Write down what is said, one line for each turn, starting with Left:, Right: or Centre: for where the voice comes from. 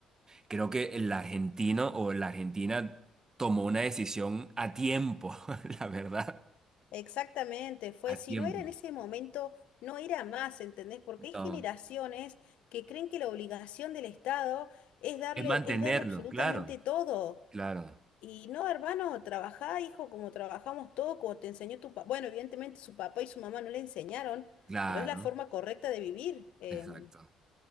Right: creo que el argentino o la argentina tomó una decisión a tiempo, <laughs> la verdad,
Left: exactamente, fue,
Right: a
Left: si
Right: tiempo.
Left: no era en ese momento, no era más, ¿entendés? Porque hay
Right: No.
Left: generaciones que creen que la obligación del Estado es darle,
Right: Es mantenerlo,
Left: es darle absolutamente
Right: claro,
Left: todo.
Right: claro,
Left: Y no, hermano, trabajá, hijo, como trabajamos todos, como te enseñó tu papá. Bueno, evidentemente su papá y su mamá no le enseñaron,
Right: claro,
Left: pero es la forma correcta de vivir. em,
Right: exacto.